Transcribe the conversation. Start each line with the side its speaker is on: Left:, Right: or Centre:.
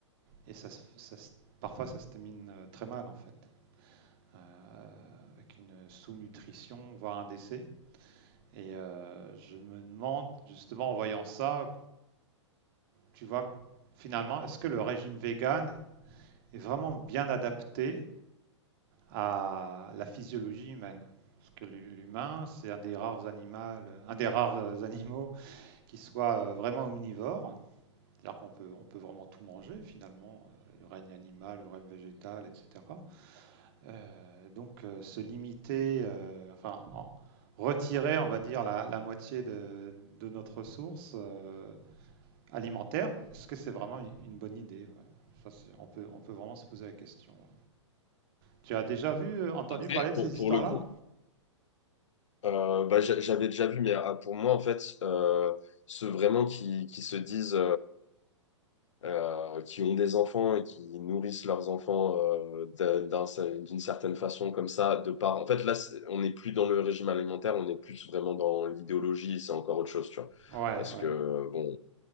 Right: Et ça, se- ça se- parfois, ça se termine euh, très mal, en fait, euh, avec une sous-nutrition, voire un décès. Et euh, je me demande, justement, en voyant ça, tu vois, finalement, est-ce que le régime végane est vraiment bien adapté à la physiologie humaine. Parce que l'humain, c'est un des rares animaux, un des rares euh, animaux qui soit euh, vraiment omnivore. C'est-à-dire qu'on peut, on peut vraiment tout manger finalement, euh, le règne animal, le règne végétal, etc. Euh, donc euh, se limiter, euh, enfin en, retirer, on va dire, la, la moitié de, de, notre ressource euh, alimentaire, est-ce que c'est vraiment une, une, bonne idée ouais. Ça, c'est, on, peut, on peut vraiment se poser la question. Ouais. Tu as déjà vu, euh, entendu
Left: Après,
Right: parler de
Left: pour,
Right: ces histoires-là
Left: pour le coup, euh, bah, j'a- j'avais déjà vu, mais ah, pour moi, en fait, euh, ceux vraiment qui, qui se disent euh, qui ont des enfants et qui nourrissent leurs enfants euh, d'un- d'un- d'une certaine façon comme ça, de par... En fait, là, c'est- on n'est plus dans le régime alimentaire, on est plus vraiment dans l'idéologie, c'est encore autre chose, tu vois.
Right: Ouais,
Left: Parce
Right: ouais.
Left: que, bon,